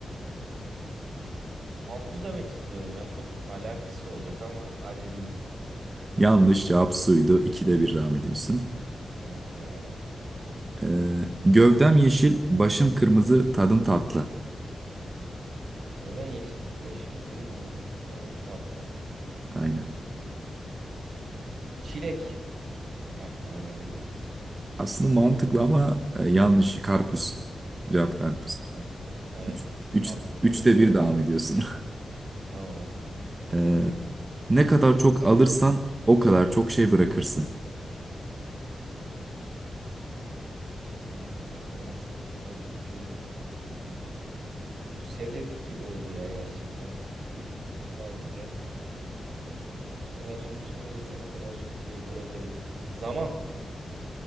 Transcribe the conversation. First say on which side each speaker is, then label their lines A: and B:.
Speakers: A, on the right; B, on the right.
A: havlu demek istiyorum ya. Çok alakasız olacak ama hadi diyeyim.
B: Yanlış cevap suydu. İkide bir devam ediyorsun.
A: Okey abi.
B: Ee, gövdem yeşil, başım kırmızı, tadım tatlı.
A: Gövden yeşil. Başım kırmızı. Tadın tatlı.
B: Aynen.
A: Çilek aklıma geldi.
B: Aslında mantıklı ama e, yanlış. Karpuz. Cevap karpuz.
A: Aa, evet
B: Üç,
A: çok
B: üç,
A: mantıklıymış
B: üçte
A: bu
B: bir
A: arada.
B: devam ediyorsun. <laughs>
A: Tamam.
B: Ee, ne kadar çok alırsan o kadar çok şey bırakırsın.
A: Ne kadar çok şey alırsam o kadar çok şey bırakırım. Bu sed edit gibi oldu ya gerçekten. Bir düşünüyorum bunu. O kadar çok şey alırsam o kadar çok şey bırakırım. Zaman.